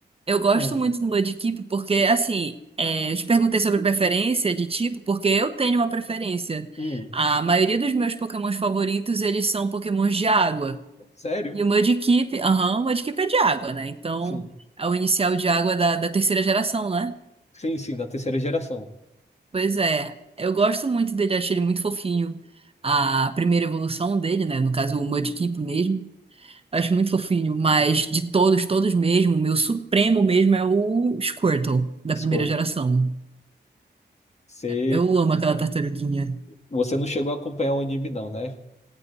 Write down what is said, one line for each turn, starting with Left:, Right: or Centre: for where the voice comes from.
Right: eu gosto
Left: hum,
Right: muito do Mudkip porque, assim, é, eu te perguntei sobre preferência de tipo, porque eu tenho uma preferência.
Left: hum.
Right: A maioria dos meus Pokémons favoritos, eles são Pokémons de água.
Left: Sério?
Right: E o Mudkip, aham, o Mudkip é de água, né? Então,
Left: Sim.
Right: é o inicial de água da, da terceira geração, né?
Left: Sim, sim, da terceira geração.
Right: Pois é, eu gosto muito dele, achei ele muito fofinho. A primeira evolução dele, né? No caso, o Mudkip mesmo. Acho muito fofinho, mas de todos, todos mesmo, o meu supremo mesmo é o Squirtle, da
Left: Escorto.
Right: primeira geração.
Left: Você,
Right: Eu amo aquela tartaruguinha.
Left: você não chegou a acompanhar o anime, não, né?